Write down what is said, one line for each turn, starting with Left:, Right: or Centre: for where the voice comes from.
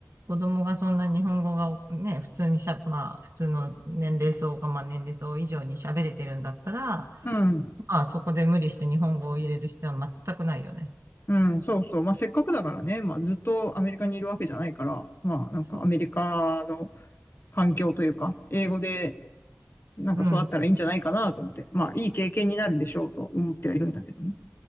Right: 子供がそんな日本語がね、普通にしゃ、まあ普通の年齢層が、まあ年齢層以上に喋れてるんだったら、
Left: うん、
Right: まあそこで無理して日本語を入れる必要は全くないよね。
Left: うんそうそう。まあせっかくだからね、まあずっとアメリカにいるわけじゃないから、まあなんかアメリカの
Right: そう、
Left: 環境というか、英語でなんか育ったらいいんじゃないかなと思って、
Right: うん。だ
Left: まあいい経験になるでしょうと思ってはいるんだけどね。